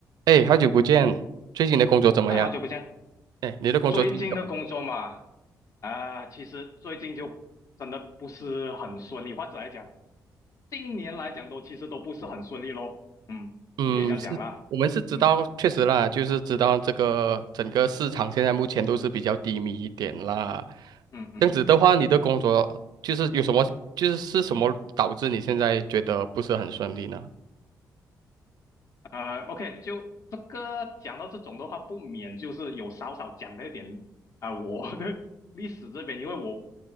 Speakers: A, on the right; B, on the left.
A: 哎，好久不见，最近的工作怎么样？
B: 哎，好久不见！
A: 哎，你的工作最近怎么样？
B: 最近的工作嘛，啊，其实最近就真的不是很顺利，或者来讲，近年来讲都其实都不是很顺利咯。嗯，
A: 嗯，
B: 你可以这样讲啦。
A: 是我们是知道，
B: 嗯
A: 确实啦，就是知道这个整个市场现在目前都是比较低迷一点啦。
B: 嗯嗯。
A: 这样子的话，你的工作就是有什么，就是是什么导致你现在觉得不是很顺利呢？
B: 呃，OK，就这个讲到这种的话，不免就是有少少讲到一点啊、我的 <laughs> 历史这边，因为我